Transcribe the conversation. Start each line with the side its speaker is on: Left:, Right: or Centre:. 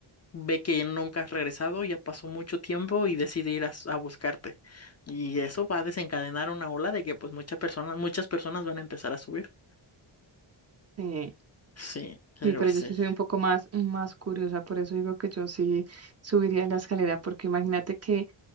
Left: ve que nunca has regresado, ya pasó mucho tiempo y decide ir a, s- a buscarte. Y eso va a desencadenar una ola de que pues muchas personas, muchas personas van a empezar a subir.
Right: Sí,
Left: Sí, pero
Right: sí, pero
Left: sí.
Right: yo sí soy un poco más, más curiosa, por eso digo que yo sí subiría la escalera, porque imagínate que